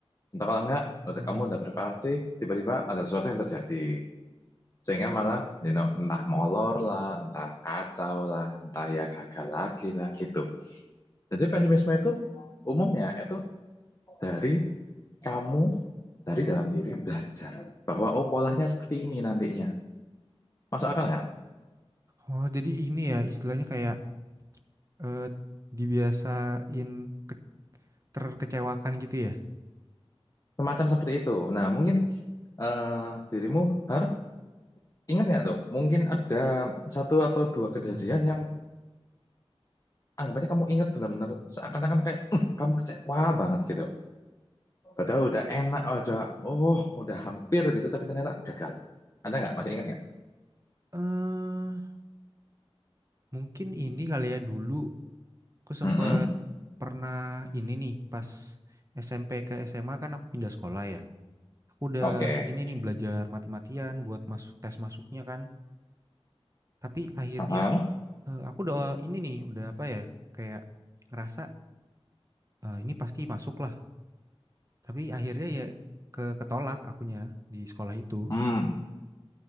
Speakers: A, on the left; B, on the right.
A: Entah kalau enggak, udah
B: oh
A: kamu udah preparasi, tiba-tiba ada sesuatu yang terjadi. Sehingga malah, you know, entah molor lah, entah kacau lah, entah ya gagal lagi lah gitu. Jadi pesimisme itu umumnya itu dari kamu, dari dalam diri belajar. Bahwa oh polanya seperti ini nantinya. Masuk akal nggak?
B: oh jadi ini ya istilahnya kayak eh, dibiasain ke- terkecewakan gitu ya
A: Semacam seperti itu. Nah mungkin eh dirimu, Har, Ingat nggak tuh? Mungkin ada satu atau dua kejadian
B: hmm
A: yang anggapannya kamu ingat benar-benar seakan-akan kayak "Eh, kamu kecewa banget gitu. Padahal udah enak, udah oh udah hampir gitu, tapi ternyata gagal. Ada nggak? Masih ingat nggak?
B: eh mungkin ini kali ya dulu Aku sempet
A: Mm-mm.
B: pernah ini nih pas SMP ke SMA kan aku pindah sekolah ya. Aku udah
A: Oke.
B: ini nih belajar mati-matian buat masuk tes masuknya kan. Tapi akhirnya
A: Heeh.
B: eh, aku udah ini nih udah apa ya kayak ngerasa eh, ini pasti masuk lah. Tapi akhirnya ya ke ketolak akunya di sekolah itu.
A: Hmm.